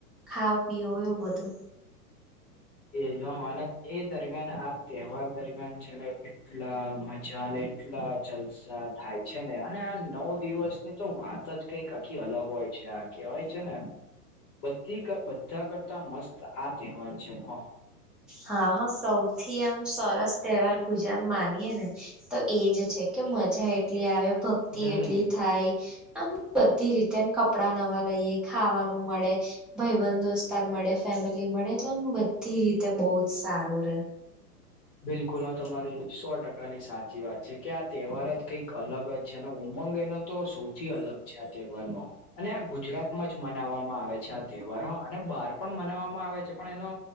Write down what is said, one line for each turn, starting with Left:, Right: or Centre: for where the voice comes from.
Centre: ખાઓ પીઓ એવું બધું.
Left: એ નો એ દરમિયાન, આ તહેવાર દરમિયાન છે ને એટલા મજા લેય એટલા જલસા થાય છે ને અને આ નવ દિવસની તો વાત જ કઈક આખી અલગ હોય. છે. આ કહેવાય છે ને બધી બધા કરતા મસ્ત આ તહેવાર છે. હ
Centre: હા હા. સૌથી આમ સરસ તહેવાર ગુજરા માનીયે ને તો એ જ છે કે મજા એટલી આવે ભક્તિ
Left: હમ
Centre: એટલી થાય. આમ બધી રીતે ન કપડાં નવા લઈએ, ખાવાનું મળે. ભાઈબંધ દોસ્તાર મળે, ફેમિલી મળે, એટલે આમ બધી રીતે બો જ સારું રે.
Left: બિલકુલ હા તમારી સો ટકાની સાચી વાત છે. ક્યાક તહેવાર જ કંઈક અલગ જ છે અને ઉમંગ એનો તો સૌથી અલગ છે. આ તહેવારનો અને આ ગુજરાતમાં જ મનાવવામાં આવે છે. આ તહેવાર અને બહાર પણ મનાવવામાં આવે છે, પણ એનો